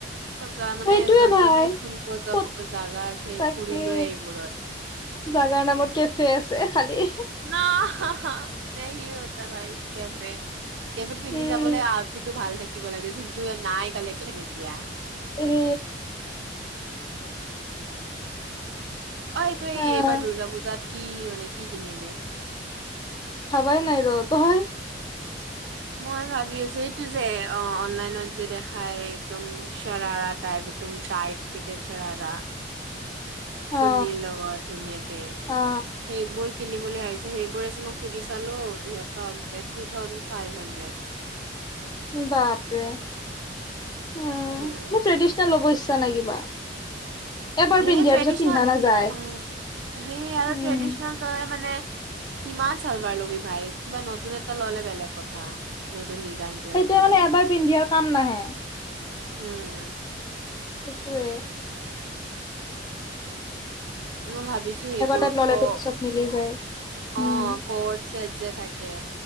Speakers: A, on the right (about 75°); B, on the left (about 25°).
A: চব জা মানে
B: সেইটোয়ে
A: য'ত
B: ভাই
A: - য'ত মানে ফুৰিব যব
B: ক'ত
A: জাগা আছে
B: তাকে
A: ফুৰিলোৱেই এইবোৰত।
B: জাগাৰ নামত কেফে আছে খালি।
A: নহ হা- হা। নে সিহতে ভাই কেফেত কেফেত পিন্ধি
B: উম
A: যাবলৈ আউটফিটটো ভাল থাক কিব লাগে যোনটো নাই কালেকচন এতিয়া।
B: উম
A: অ, তই
B: আহ
A: এইবাৰ দুৰ্গা পূজাত কি মানে কি কিনিবি?
B: ভাবাই নাই ৰ তই?
A: মই ভাবি আছো এইটো যে অ, অনলাইনত যে দেখাই একদম চাৰৰা টাইপ। একদম চাইট ফিটে চাৰাৰা। চুৰ্নী
B: অ
A: লগত ধুনীয়াকে
B: অ
A: সেইবোৰ কিনি ভাবিছো সেইবোৰ মই সুধি চালো সিহতক তো থাউজেণ্ড ফাইব হন্দ্ৰেদ।
B: বাপৰে। উম,
A: উম,
B: মোৰ ট্ৰেডিচনেল ল'ব ইচ্ছা নাই কিবা। এবাৰ
A: সেয়ে
B: পিন্ধি দিয়াৰ
A: ট্ৰেডিচনেল
B: পিছত পিন্ধা নাযায়
A: অ, সেয়ে আৰু
B: উম
A: ট্ৰেডিচনেল তই মানে কিমান সালৱাৰ ল'বি ভাই কিবা নতুন এটা ললে বেলেগ কথা। ডিজাইন কিবা
B: সেইটোৱে
A: কিবি
B: মানে
A: হ'লে
B: এবাৰ পিন্ধিয় কাম নাহে।
A: উম
B: সেইটোৱে।
A: মই ভাবিছো সেইবোৰ
B: টাইপ ললেতো
A: ক অ,
B: পিছত মিলি যায় উম
A: কট চট যে থাকে